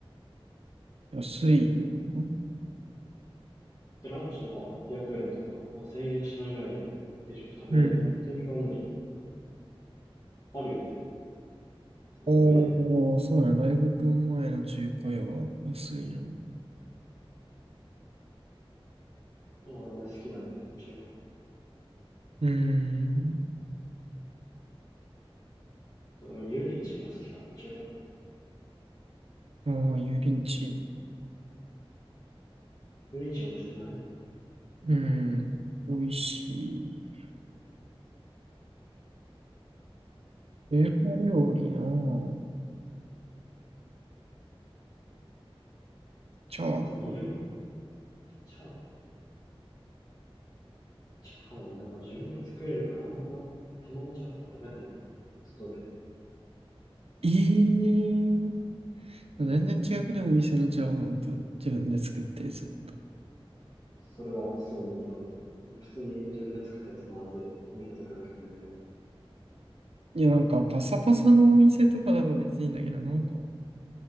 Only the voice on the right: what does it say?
安いよな。
うん。
おー、
そうだね。大学前の中華屋は安いな。う
ーん。
もう油淋鶏の。
うん。美味しい。中華料理のチャーハ
ン。ええ全然違くね、お店のチャーハンと自分で作ってるずっと。
いや、なんかパサパサのお店とかだと別にいいんだけど、なんか、